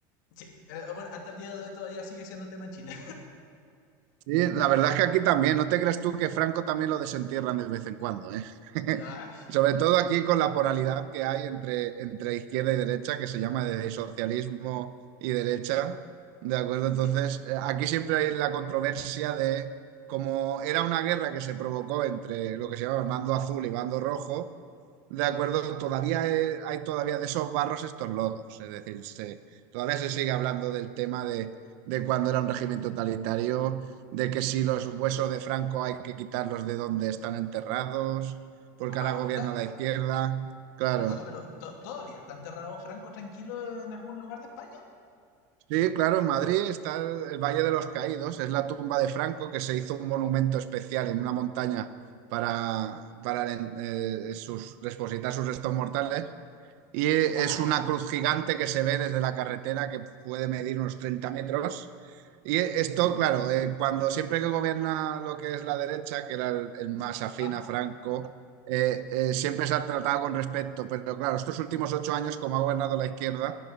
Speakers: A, on the left; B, on the right.
A: Sí, eh, bueno, hasta el día de hoy todavía sigue siendo tema en Chile.
B: Sí, la verdad es que aquí también, no te creas tú que Franco también lo desentierran de vez en cuando, ¿eh? <laughs>
A: <laughs> Ay,
B: Sobre todo aquí con la polaridad que hay entre, entre izquierda y derecha, que se llama de socialismo y derecha, ¿de acuerdo?
A: sí,
B: Entonces, eh, aquí siempre hay la controversia de cómo era una guerra que se provocó entre lo que se llama el bando azul y bando rojo, De acuerdo, todavía eh, hay todavía de esos barros estos lodos, es decir, se- todavía se sigue hablando del tema de, de cuando era un régimen totalitario, de que
A: qué-
B: si los huesos de Franco hay que quitarlos de donde están enterrados, porque
A: wow,
B: ahora gobierna
A: ta- ta-
B: la izquierda. Claro,
A: perdona, pero to- todavía está enterrado Franco tranquilo en algún lugar de España.
B: sí, claro, en Madrid está el Valle de los Caídos, es la tumba de Franco, que se hizo un monumento especial en una montaña para, para eh, sus, depositar sus restos mortales. Y eh,
A: Wow,
B: es una cruz gigante que se ve desde la carretera que puede medir unos 30 metros. Y eh, esto, claro, eh, cuando siempre que gobierna lo que es la derecha, que era el, el más afín
A: ajá,
B: a Franco, eh, eh, siempre se ha tratado con respeto. Pero claro, estos últimos ocho años, como ha gobernado la izquierda,